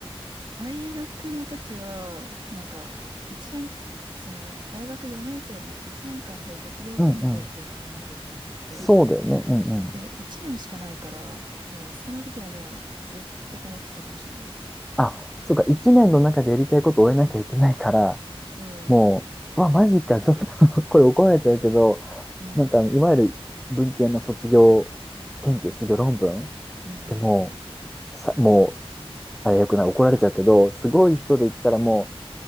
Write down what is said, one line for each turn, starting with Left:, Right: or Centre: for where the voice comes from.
Right: 大学の時は、なんか、一年、その、大学4年生の1年間で卒業研究っていうのをやらなきゃいけなくて、
Centre: うんうん。そうだよね。うんうん。
Right: で、1年しかないから、もうその時はもうずっとこもってたかもしれない。
Centre: あ、そうか。一年の中でやりたいことを終えなきゃいけないから、
Right: そ
Centre: もう、うわ、マジか、ちょっと <laughs> これ怒られちゃうけど、
Right: う。うん。
Centre: なんか、いわゆる文系の卒業研究、卒業論文
Right: うん。
Centre: でもう、さ、もう、あれよくない、怒られちゃうけど、すごい人で言ったらも